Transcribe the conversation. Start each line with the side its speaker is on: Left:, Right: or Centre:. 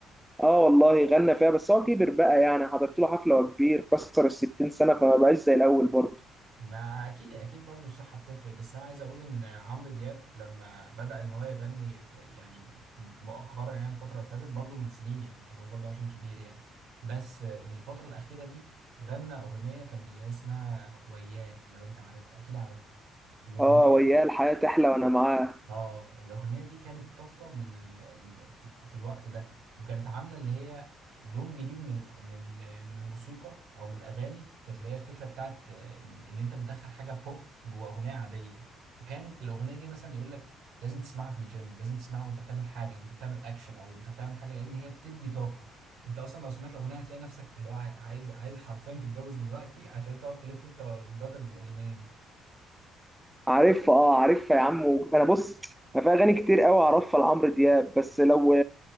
Centre: اه والله غنى فيها بس هو كبر بقى يعني حضرت له حفله وهو كبير كسر ال 60 سنه فما بقاش زي الاول برضه
Right: ما اكيد اكيد برضو الصحه بتفرق بس انا عايز اقول ان عمرو دياب لما بدا ان هو يغني في- يعني مؤخرا يعني الفتره اللي فاتت برضو من سنين يعني هو برضو عشان كبير يعني بس من الفتره الاخيره دي غنى اغنيه كان اللي هي اسمها وياه لو انت عارفها اكيد عارفها الاغنيه
Centre: اه وياه الحياه تحلى وانا معاه
Right: اه الاغنيه دي كانت طفره من ال... في... في الوقت ده وكانت عامله اللي هي لون جديد من من من الموسيقى او من الاغاني كانت اللي هي الفكره بتاعت ان إن انت بتدخل حاجه بوب جوه اغنيه عاديه فكانت الاغنيه دي مثلا يقول لك لازم تسمعها في الجيم لازم تسمعها وانت بتعمل حاجه وانت بتعمل اكشن او انت بتعمل حاجه لان هي بتدي طاقه انت اصلا لو سمعت الاغنيه هتلاقي نفسك اللي هو عاي- عايز عايز حرفيا تتجوز دلوقتي عشان تقعد تلف انت ومراتك بالاغنيه دي
Centre: عارف اه عارفها يا عم انا بص انا في اغاني كتير قوي اعرفها لعمرو دياب بس لو